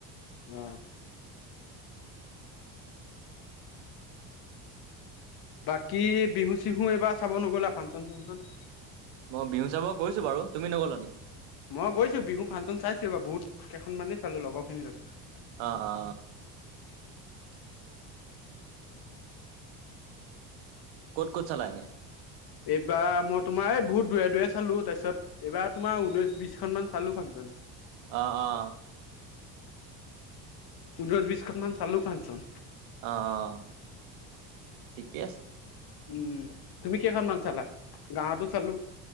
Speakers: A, on the left (about 55°); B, on the right (about 75°).
A: অ বাকী বিহু চিহু এইবাৰ চাব নগ'লা ফাংচন-চাংচন
B: মই বিহু চাব গৈছো বাৰু তুমি নগ'লা?
A: মই গৈছো বিহু ফাংচন চাইছো এইবাৰ বহুত কেইখনমানেই চালো লগৰ খিনি লগত
B: অ অ ক'ত ক'ত চালা এনে
A: এইবাৰ মই তোমাৰ এই বহুত দূৰে-দূৰে চালো তাৰপিছত এইবাৰ তোমাৰ ঊনৈশ বিশখন মান চালো ফাংচন।
B: অ অ
A: ঊনৈছ বিছ খনমান চালো ফাংচন
B: অহ ঠিকে আছে
A: উম তুমি কেই খন মান চলা গাঁৱটো চলো